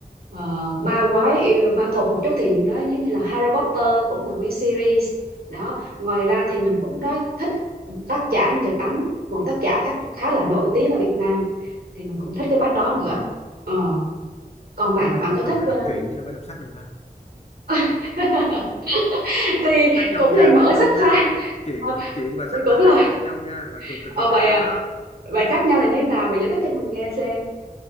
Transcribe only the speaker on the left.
ừ.
thực ra
thì
đó
là
đọc truyện chứ đâu phải đọc sách đâu ta
khác nhau
nha
khác nhau
nha
chuyện
chuyện và
sách
là hai
cái khác nhau nha phạm trù cực
kỳ khác
nhau
đó